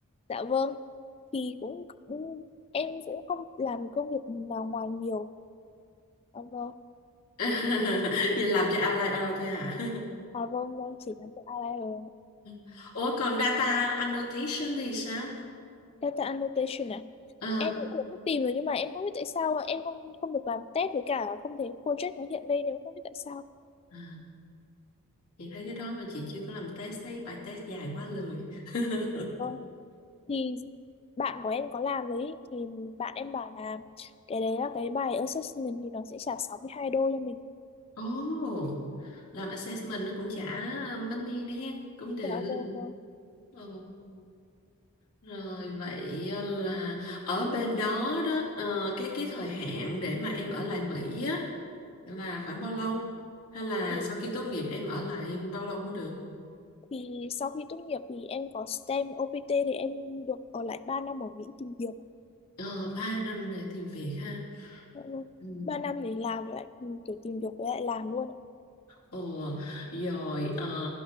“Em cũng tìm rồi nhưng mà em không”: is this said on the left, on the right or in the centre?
Left